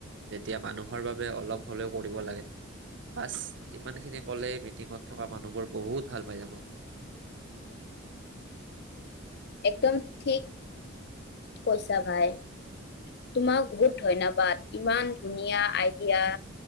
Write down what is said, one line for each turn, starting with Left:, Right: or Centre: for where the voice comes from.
Right: যেতিয়া মানুহৰ বাবে অলপ হলেও কৰিব লাগে বাছ ইমানখিনি কলে মিটিঙত থকা মানুহবোৰ বহুত ভাল পাই যাব।
Left: একদম ঠিক কৈছা ভাই তোমাক বহুত ধন্যবাদ ইমান ধুনীয়া আইডিয়া